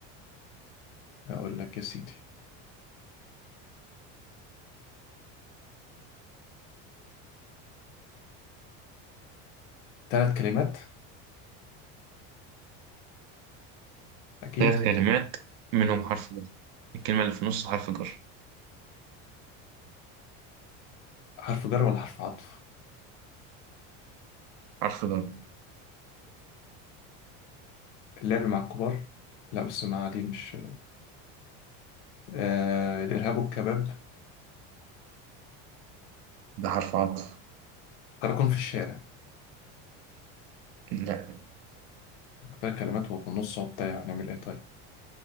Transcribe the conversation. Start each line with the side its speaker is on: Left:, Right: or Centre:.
Left: اقول لك يا سيدي ثلاث كلمات اكيد
Right: ثلاث كلمات منهم حرف جر الكلمة اللي في النص حرف جر
Left: حرف جر ولا حرف عطف
Right: حرف جر
Left: اللعب مع الكبار لا بس ما دي مش آه الارهاب والكباب
Right: ده حرف عطف
Left: كراكون في الشارع
Right: لا
Left: ثلاث كلمات وهو في النص وبتاع نعمل ايه طيب